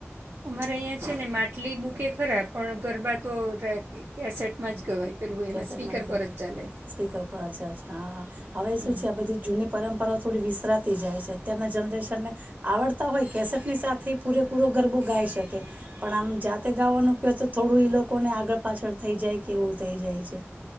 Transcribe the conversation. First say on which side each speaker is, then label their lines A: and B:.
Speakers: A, on the right (about 55°); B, on the right (about 35°).
A: અમારા અહં છે ને માટલી મૂકે ખરા પણ ગરબા તો <unintelligible> કેસેટમાં જ ગવાય. પેલું એમાં
B: કેસેટ
A: સ્પીકર
B: <unintelligible>
A: પર જ ચાલે
B: સપિકર ચા ચા હા હા હવે
A: હમ
B: શું છે આ બધી જૂની પરંપરાઓ થોડી વિસરાત થેય જાય છે અતારના જનરેશન ને આવડતા હોય કેસેટ ની સાથે પૂરેપૂરો ગરબો ગાઈ શકે પણ આમ જાતે ગાવાનું ક તો થોડું લોકોને આગળ પાછળ થઈ જાય કે એવું થઈ જાય. છે.